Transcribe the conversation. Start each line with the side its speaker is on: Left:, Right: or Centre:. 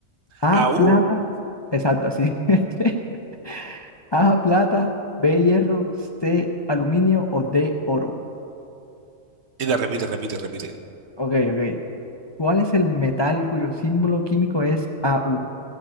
Left: A
Right: Ah, uh.
Left: plata, exacto, así. <laughs> A plata, B hierro, C aluminio o D oro.
Right: Y de repite, repite, repite.
Left: Ok, ok. ¿Cuál es el metal cuyo símbolo químico es AU?